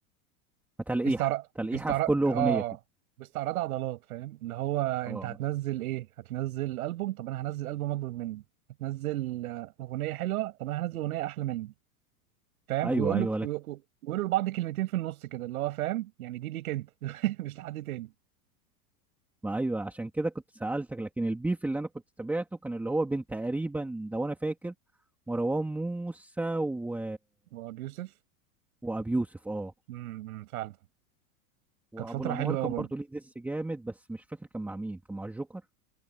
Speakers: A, in the centre; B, on the right.
A: تلقيحة
B: استعراض
A: تلقيحة
B: استعراض
A: في كل أغنية
B: اه
A: كده
B: باستعراض عضلات فاهم اللي هو انت
A: اه
B: هتنزل ايه هتنزل البوم طب انا هنزل البوم اكبر منه هتنزل آه، اغنيه حلوه طب انا هنزل اغنيه احلى منه فاهم
A: أيوه
B: ويقول
A: أيوه
B: لك
A: لك
B: ويقولوا لبعض كلمتين في النص كده اللي هو فاهم يعني دي ليك انت <laughs> مش لحد تاني
A: ما أيوه عشان كده كنت سألتك لكن البيف اللي أنا كنت تابعته كان اللي هو بين تقريبا لو أنا فاكر مروان موسى و...
B: هو ابو يوسف
A: وأبي يوسف اه
B: امم أمم، فعلا
A: وأبو
B: كانت فتره
A: الأنوار
B: حلوه
A: كان
B: قوي برضه
A: برضو ليه ديس جامد بس مش فاكر كان مع مين كان مع الجوكر